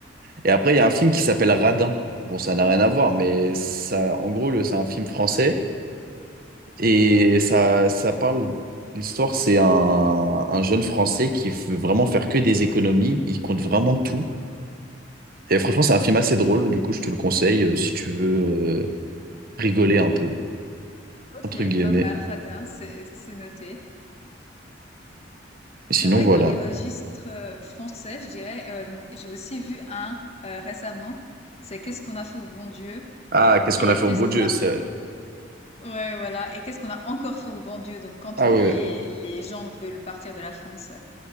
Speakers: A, on the right; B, on the left.
A: Et après, il y a un film qui s'appelle Radin. Bon, ça n'a rien à voir, mais ça, en gros, le- c'est un film français. Et ça, ça parle. L'histoire, c'est un, un jeune Français qui veut vraiment faire que des économies. Il compte vraiment tout. Et franchement, c'est un film assez drôle. Du coup, je te le conseille euh, si tu veux euh, rigoler un peu,
B: Ok,
A: entre guillemets.
B: pas mal, radin, c'est c'est noté.
A: Et
B: C'est
A: sinon,
B: vrai
A: voilà.
B: que dans les registres euh, français, je dirais, euh, j'ai aussi vu un euh, récemment. C'est qu'est-ce qu'on a fait au bon Dieu
A: Ah, qu'est-ce
B: et
A: qu'on a fait
B: qu'est-ce
A: au beau
B: qu'on
A: Dieu?
B: a,
A: c'est-
B: ouais, voilà, et qu'est-ce qu'on a encore fait au bon Dieu. Donc quand
A: Ah
B: euh, les
A: ouais, ouais.
B: les gendres veulent partir de la France.